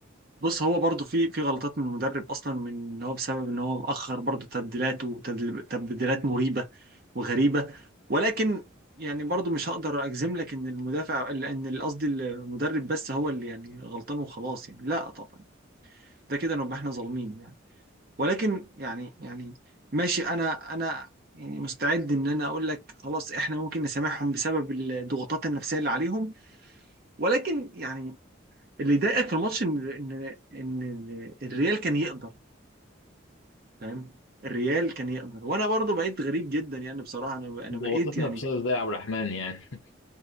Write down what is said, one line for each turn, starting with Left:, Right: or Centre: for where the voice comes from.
Right: بص هو برضه في في غلطات من المدرب اصلا من ان هو بسبب ان هو مأخر برضه تبديلات وتبديلات مريبة وغريبة ولكن يعني برضه مش هقدر اجزم لك ان المدافع ان قصدي المدرب بس هو اللي يعني غلطان وخلاص يعني لا طبعا ده كده نبقى احنا ظالمين ولكن يعني يعني ماشي انا انا يعني مستعد ان انا اقول لك خلاص احنا ممكن نسامحهم بسبب الضغوطات النفسيه اللي عليهم ولكن يعني اللي ضايقك في الماتش ان ان ان الريال كان يقدر فاهم الريال كان يقدر وانا برضو بقيت غريب جدا يعني بصراحه انا انا
Left: ضغطتنا
Right: بقيت يعني
Left: في سايز ده يا عبد الرحمن يعني <laughs>